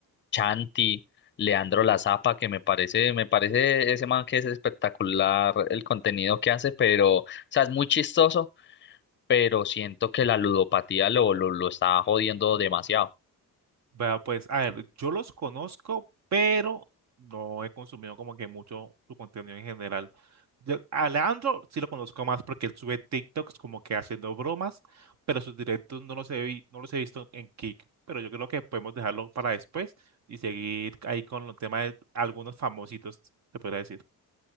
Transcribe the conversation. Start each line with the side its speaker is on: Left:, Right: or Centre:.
Left: Chanti, Leandro La Zapa, que me parece, me parece ese man que es espectacular el contenido que hace, pero, o sea, es muy chistoso, pero siento que la ludopatía lo, lo, lo está jodiendo demasiado.
Right: Vea, pues, a ver, yo los conozco, pero no he consumido como que mucho su contenido en general. Yo- a Leandro sí lo conozco más porque él sube TikToks como que haciendo bromas, pero sus directos no los he, vi- no los he visto en Kick. Pero yo creo que podemos dejarlo para después y seguir ahí con el tema de algunos famositos, se podría decir.